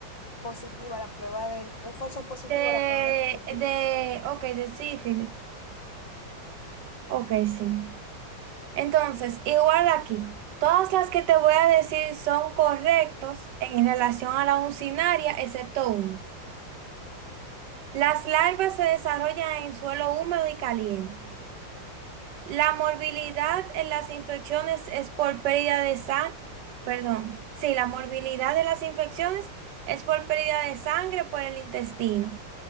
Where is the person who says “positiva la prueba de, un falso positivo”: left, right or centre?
Left